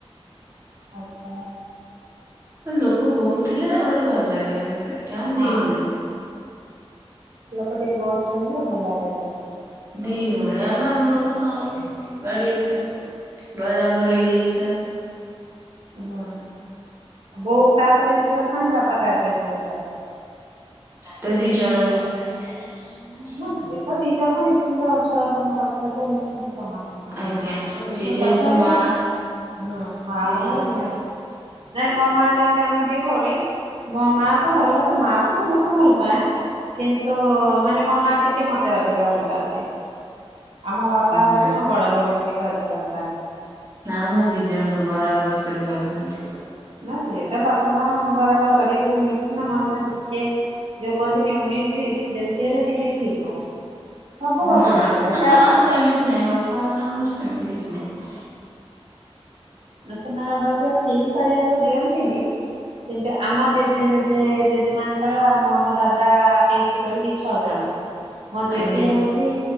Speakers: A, on the right; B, on the right.
A: ଆଚ୍ଛା।
B: ଲୋକ ବହୁତ ଥିଲେ ଆଉ ଗୋଟେ ଭଲ ଲାଗେ, ଏଠି ଆମେ
A: ହଁ
B: ଦି ଭଉଣି।
A: ଲୋକ ଟିକେ ବହୁତ ରହିଲେ ଭଲ ଲାଗେ ଜିନିଷ ଟା।
B: ଦି ଭଉଣୀ ଆମ ଆମର କଣ ଆଉ ବାଡ଼ିଆ ପିଟା ବରାବର ହେଇଯାଇସା
A: ହଁ। ବୋଉ କାହାକୁ ବେଶୀ ଭଲ ପାଆନ୍ତି? ବାପା କାହାକୁ ବେଶୀ ଭଲ ପାଆନ୍ତି?
B: ତ ଦି ଜଣକୁ। <unintelligible>
A: ନା ସିଏ ତ ଦିଜଣକ ନିଶ୍ଚିନ୍ତ, ଛୁଆ ଜନ୍ମ କରି ଥିଲେ ତ ନିଶ୍ଚିତ ସମାନ ଦେଖୁଥିବେ।
B: ଆଜ୍ଞା
A: କିନ୍ତୁ
B: ସେ ଯେହେତୁ
A: ତଥାବି
B: ମା
A: ହୁଁ ମା
B: ଦି
A: ମାନେ
B: ଜଣଙ୍କୁ
A: ନିହାତି। ନାଇଁ ମୋ ମା ଯେମିତି ଆମେ ଦିଭଉଣି ମୋ ମାଆ ତ ଭଲ ତ, ମାଆ ତ ସମସ୍ତଙ୍କୁ ଭଲ ପାାଏ। କିନ୍ତୁ ମାନେ ମୋ ମା ଟିକେ ମତେ ଅଧିକ ହେଲପଆନ୍ତି। ଆଉ ମୋ ବାପା ହଉଛି
B: ନା
A: ମୋ ବଡ ଭଉଣୀକୁ ଟିକେ କେ, ଅଧିକ ଭଲ ପାଆନ୍ତି।
B: ନା ମ ଆମ ଦିଇ ଜଣଙ୍କୁ ବରାବର କରି ଭଲପାଆନ୍ତି।
A: ନା ସିଏ ତ ବାପା ମା ବରାବର କରିବେ କି ନିଶ୍ଚିନ୍ତ ମନରେ ଟିକେ ଯୋଉ କୁହନ୍ତିନି ଉଣେଇଶ ଵିଶ ଯେମତି ହେଲେ ଟିକେ ଥିବ। ସବୁ ବାପା
B: ନା
A: ମାଙ୍କର ଏଇଟା
B: ନା ସେମିତି ନାହିଁ। ବାପା ମାଆଙ୍କର ସେମିତି କିଛି ନାହିଁ।
A: ସେମାନେ ଅବଶ୍ୟ ଫିଲ୍ କରିବାକୁ ଦିଅନ୍ତିନି। କିନ୍ତୁ ଆମ ଜେଜେ, ଜେଜେ- ଜେଜେମାଙ୍କର ଆମ ଦାଦା ପିଇସି କରିକି ଛଅ ଜଣ ଁ <inaudible> ମୋ ଜେଜେ
B: ଆଜ୍ଞା
A: ହଉଛି